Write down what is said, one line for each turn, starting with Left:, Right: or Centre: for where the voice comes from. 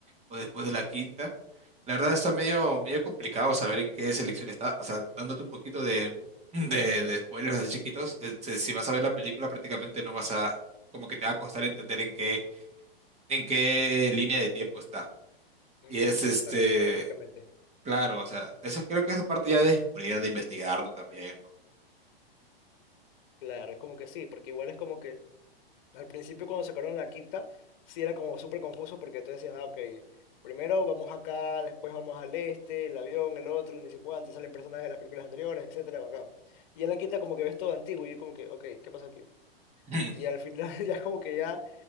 Right: o después de la quinta. La verdad está medio, medio complicado saber en qué selección está. O sea, dándote un poquito de, de, de spoilers así chiquitos, este, si vas a ver la película prácticamente no vas a, como que te va a costar entender en qué, en qué línea de tiempo está.
Left: Mm,
Right: Y es este,
Left: claro, cronológicamente.
Right: claro, o sea, eso creo que es parte ya de descubrir, de investigar tú también, ¿no?
Left: Claro, es como que sí, porque igual es como que al principio cuando sacaron la quinta, sí era como súper confuso porque tú decías, ah, ok, primero vamos acá, después vamos al este, el avión, el otro, ni sé cuánto, salen personajes de las películas anteriores, etcétera, bacán. Y en la quinta como que ves todo antiguo y yo como que, ok, ¿qué pasa aquí?
Right: <clears throat>
Left: Y al final <laughs> ya como que ya